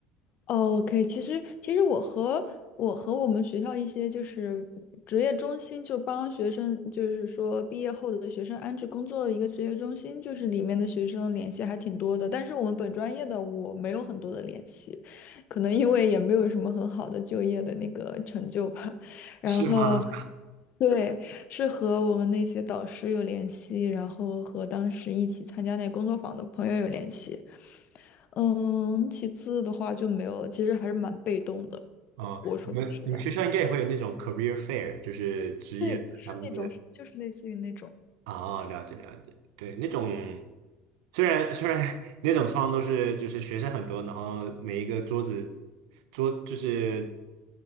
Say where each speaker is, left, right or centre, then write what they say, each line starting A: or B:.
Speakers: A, on the left; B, on the right.
A: 哦 OK，其实其实我和我和我们学校一些就是职业中心，就帮学生，就是说毕业后的学生安置工作的一个职业中心，就是里面的学生联系还挺多的。但是我们本专业的我没有很多的联系，可能因为也没有什么很好的就业的那个成就吧。<laughs> 然后
B: 是吗？
A: 对，是和我们那些导师有联系，然后和当时一起参加那个工作坊的朋友有联系。嗯，其次的话就没有了，其实还是蛮被动的。
B: 哦，
A: 我说句实在话，
B: 你们你们学校应该也会有那种 career fair，就是职业他们
A: 对，是那种，就是类似于那种，
B: 哦，了解了解，对，那种虽然虽然 <laughs> 那种窗都是就是学生很多，然后每一个桌子桌就是